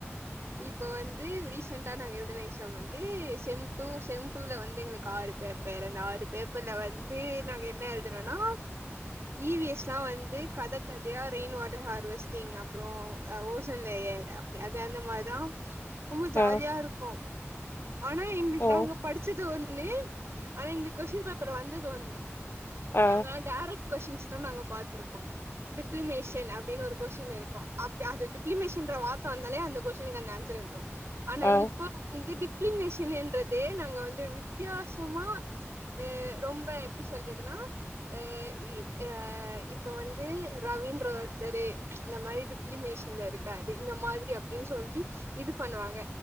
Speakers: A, on the right; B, on the left.
A: இப்ப வந்து ரீசண்ட்டா நாங்க எழ்துன எக்ஸாம் வந்து செம் டூ செம் டூல வந்து எங்களுக்கு ஆறு பேப்பர் அந்த ஆறு பேப்பர்ல வந்து நாங்க என்ன எழ்துனோன்னா ஈ வி எஸ் லா வந்து கத கதையா ரெயின் வாட்டர் ஹார்வஸ்டிங் அப்றோ ஓஷன் லேயர் அப் அது அந்த மா தா ரொம்ப ஜாலியா
B: அ
A: இருக்கு ஆனா இங்க
B: ஓ
A: நாங்க படிச்சது ஒன் னு ஆனா எங்களுக்கு கொஷ்ஷின் பேப்பர்ல வந்தது ஒன்னு
B: அ
A: நாங்க டேரெக் கொஷ்ஷின்ஸ் தா நாங்க பாத்துருக்கோ டிப்ளிமேஷன் அப்டினு ஒரு கொஷ்ஷின் இருக்கு அப்டி அது டிப்ளிமேஷன்ற வார்த்த வந்தாலே அந்த கொஷ்ஷினுக்கு அந்த ஆன்சர் எழுதுவோ ஆனா
B: ஆ
A: இப்போ வந்துட்டு டிப்ளிமேஷனுன்றதே நாங்க வந்து வித்யாசமா எ ரொம்ப எப்டி சொல்றதுன்னா ஆ இ ஆ இப்ப வந்து ரவீன்ற ஒர்த்தரு இந்த மாரி டிப்ளிமேஷன்ல இருக்காரு இந்த மாதிரி அப் டின் சொல்லி இது பண்ணுவாங்க